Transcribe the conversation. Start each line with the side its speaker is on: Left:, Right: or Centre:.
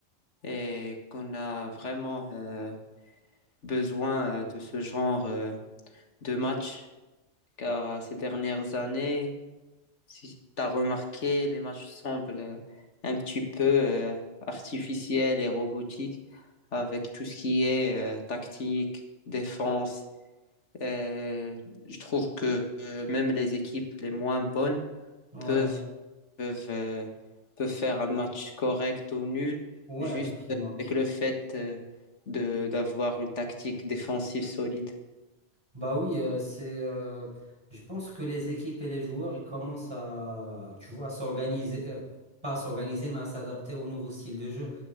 Left: et qu'on a vraiment euh, besoin euh, de ce genre euh, de match car euh, ces dernières années, si tu as remarqué, les matchs semblent euh, un petit peu euh, artificiels et robotiques avec tout ce qui est euh, tactique, défense. Euh, je trouve que euh, même les équipes les moins bonnes
Right: Ouais,
Left: peuvent peuvent, euh, peuvent faire un match correct ou nul,
Right: ouais,
Left: juste
Right: effectivement.
Left: avec le fait euh, de, d'avoir une tactique défensive solide.
Right: Bah oui, euh, c'est, euh, je pense que les équipes et les joueurs, ils commencent à, tu vois, à s'organiser, euh, pas à s'organiser, mais à s'adapter au nouveau style de jeu.